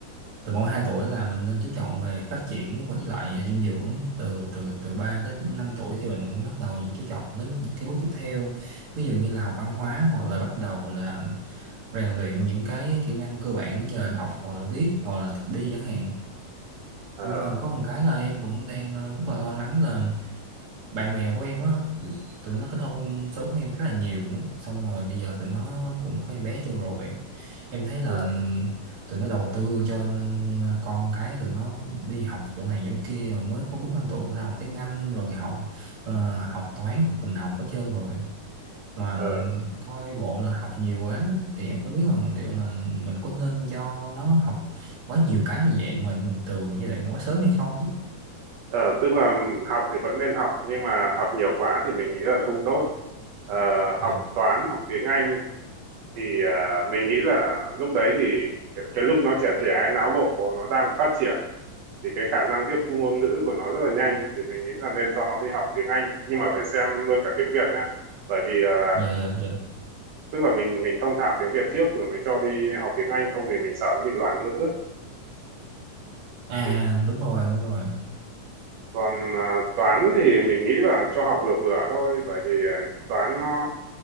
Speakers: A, on the right; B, on the right.
A: từ khoảng 2 tuổi là mình nên chú trọng về phát triển với lại dinh dưỡng từ từ từ 3 đến 5 tuổi thì mình mới bắt đầu chú trọng đến những cái bước tiếp theo ví dụ như là học văn hóa hoặc là bắt đầu là rèn luyện những cái kỹ năng cơ bản như là đọc hoặc là viết hoặc là tập đi chẳng hạn
B: Ờ,
A: nhưng mà có một cái là em cũng đang ờ, rất là lo lắng là bạn bè của em á tụi nó kết hôn sớm hơn em khá là nhiều xong rồi bây giờ tụi nó cũng có em bé chưa rồi em thấy là
B: ờ,
A: tụi nó đầu tư cho con cái tụi nó đi học chỗ này chỗ kia rồi mới có bốn năm tuổi mà đã học tiếng Anh rồi học ờ, học toán học hình học hết trơn rồi mà
B: ờ,
A: coi bộ là học nhiều quá thì em không biết là liệu là mình có nên cho nó học quá nhiều cái như vậy mà từ giai đoạn quá sớm hay không á.
B: ờ, tức là học thì vẫn nên học, nhưng mà học nhiều quá thì mình nghĩ là không tốt. Ờ, học
A: dạ
B: toán, học tiếng Anh thì ờ, mình nghĩ là lúc đấy thì cái, cái lúc nó trẻ trẻ ấy, não bộ nó đang phát triển thì cái khả năng tiếp thu ngôn ngữ của nó rất là nhanh thì mình nghĩ là nên cho nó đi học tiếng Anh nhưng mà phải xem luôn cả tiếng Việt nhá bởi vì là
A: dạ dạ dạ
B: tức là mình mình thông thạo tiếng Việt trước rồi mới cho đi học tiếng Anh không thì mình sợ nó bị loạn ngữ ấy.
A: à
B: Ừ.
A: đúng rồi đúng rồi
B: Còn à, toán thì mình nghĩ là cho học vừa vừa thôi bởi vì à, toán nó